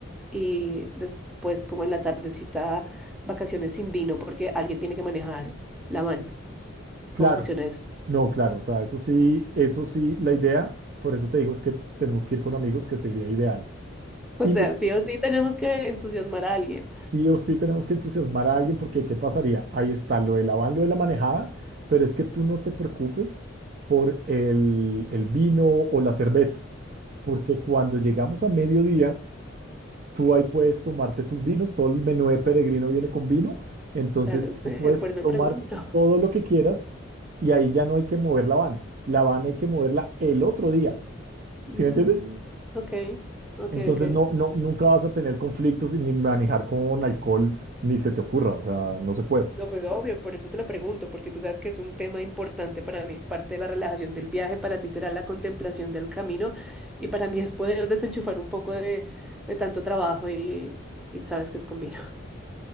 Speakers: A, in the centre; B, on the right.
A: y después como en la tardecita vacaciones sin vino porque alguien tiene que manejar la van.
B: Claro,
A: ¿Cómo funciona eso? <laughs>
B: no, claro, o sea, eso sí, eso sí, la idea, por eso te digo, es que tenemos que ir con amigos, que sería ideal.
A: O
B: Y
A: sea,
B: lo que
A: sí o sí tenemos que entusiasmar a alguien.
B: sí o sí tenemos que entusiasmar a alguien, porque ¿qué pasaría? Ahí está lo del van, lo de la manejada, pero es que tú no te preocupes por el, el vino o la cerveza, porque cuando llegamos a mediodía, Tú ahí puedes tomarte tus vinos, todo el menú de peregrino viene con vino, entonces
A: Ya lo sé,
B: tú puedes
A: por eso
B: tomar
A: pregunto. <laughs>
B: todo lo que quieras y ahí ya no hay que mover la van. La van hay que moverla el otro día,
A: Mm,
B: ¿sí me entiendes?
A: ok, ok,
B: Entonces
A: ok.
B: no, no, nunca vas a tener conflictos y ni manejar con alcohol, ni se te ocurra, o sea, no se puede.
A: No, pues obvio, por eso te lo pregunto, porque tú sabes que es un tema importante para mí. Parte de la relajación del viaje para ti será la contemplación del camino y para mí es poder desenchufar un poco de, de tanto trabajo y, y sabes que es con vino.